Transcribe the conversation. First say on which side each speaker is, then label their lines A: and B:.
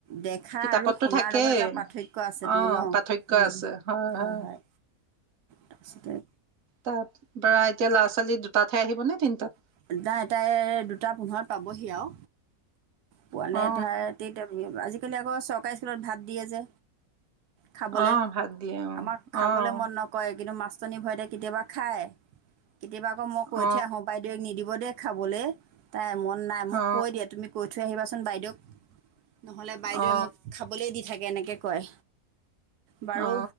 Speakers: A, on the right; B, on the right.
A: দেখা
B: কিতাপততো
A: আৰু শুনাৰ
B: থাকেই।
A: লগত এটা পাৰ্থক্য আছেতো
B: অ',
A: ন
B: পাৰ্থক্য
A: উ
B: আছে হয়
A: হয়-হয়
B: হয়।
A: তাৰ পাছতে
B: তাৰ পৰা এতিয়া, ল'ৰা ছোৱালী দুটাতহে আহিব নে তিনটাত?
A: <unintelligible> এটাই দুটা পোন্ধৰ পাবহি আৰু। পোৱালে
B: অ অ
A: এ ধাৰতি আজিকালি আকৌ চব ককা স্কুলত ভাত দিয়ে যে খাবলে
B: অ অ ভাত দিয়ে অ
A: আমাক
B: অ
A: খাবলে মন নকৰে কিন্তু মা নাচন ভয়তে কেতিয়াবা খায়। কেতিয়াবাকৌ মই কৈ
B: অ
A: আহো বাই দিব খাবলৈ তাই ম নাই মোক
B: অ
A: কৈ দিয়া তুমি কৈ থৈ আহিবা বাইদেউক নহলে বাইদেৱে
B: অ
A: মোক খাবলে দি থাকে এনেকে কয়। বাৰু
B: অ